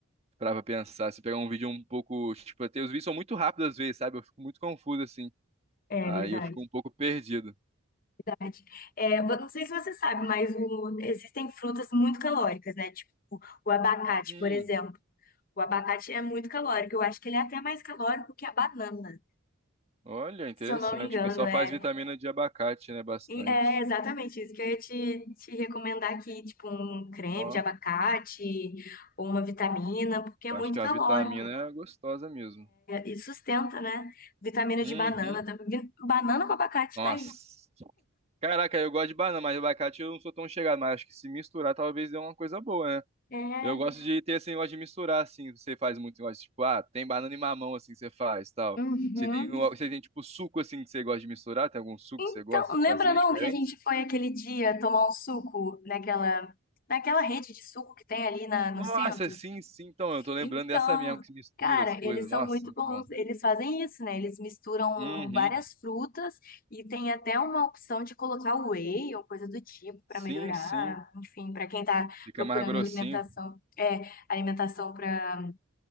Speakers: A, on the right (about 30°); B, on the left (about 40°).
A: pra pensar, se pegar um vídeo um pouco, tipo, até os vídeos são muito rápidos às vezes, sabe? Eu fico muito confuso assim.
B: É
A: Aí
B: verdade.
A: eu fico um pouco perdido.
B: Verdade. É, mas não sei se você sabe, mas o- existem frutas muito calóricas, né? Tipo o abacate,
A: Hum,
B: por exemplo. O abacate é muito calórico. Eu acho que ele é até mais calórico que a banana,
A: olha, interessante.
B: se eu não me engano.
A: O pessoal
B: É,
A: faz vitamina de abacate, né? Bastante.
B: E é exatamente isso que eu ia te, te recomendar aqui, tipo um creme
A: Ó,
B: de abacate ou uma vitamina, porque é
A: acho
B: muito
A: que a
B: calórico.
A: vitamina é gostosa mesmo.
B: E sustenta, né? Vitamina
A: Uhum.
B: de banana. tá- vi- Banana com abacate
A: Nossa.
B: tá aí.
A: Caraca, eu gosto de banana, mas abacate eu não sou tão chegado, mas acho que se misturar talvez dê uma coisa boa, né?
B: É.
A: Eu gosto de ter esse negócio de misturar, assim, você faz muito negócio, tipo, ah, tem banana e mamão, assim, que você faz, tal.
B: Uhum.
A: Você tem, um- você tem, tipo, suco, assim, que você gosta de misturar? Tem algum suco
B: Então,
A: que você gosta de
B: lembra
A: fazer
B: não
A: diferente?
B: que a gente foi aquele dia tomar um suco naquela, naquela rede de suco que tem ali na, no
A: Nossa,
B: centro?
A: sim, sim. Então, eu tô lembrando
B: Então,
A: dessa mesmo que se mistura
B: cara,
A: as coisas.
B: eles são
A: Nossa,
B: muito
A: muito
B: bons.
A: bom.
B: Eles fazem isso, né? Eles misturam
A: Uhum.
B: várias frutas e tem até uma opção de colocar whey ou coisa do tipo para
A: Sim,
B: melhorar.
A: sim.
B: Enfim, para quem tá
A: Fica
B: procurando
A: mais grossinho.
B: alimentação, é, alimentação para